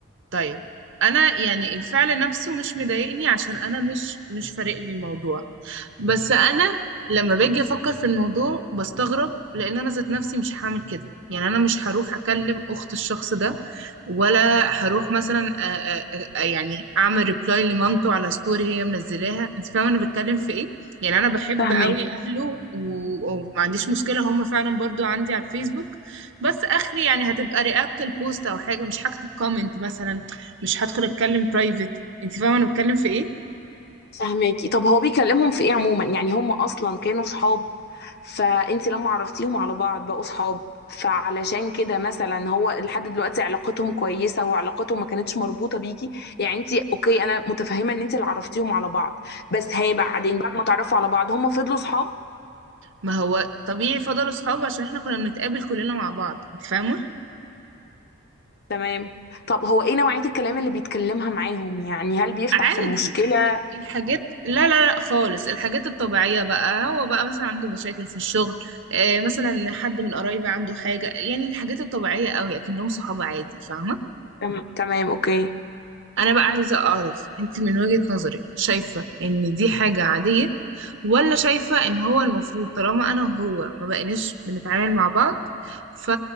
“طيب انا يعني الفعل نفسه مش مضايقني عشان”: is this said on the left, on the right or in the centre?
Right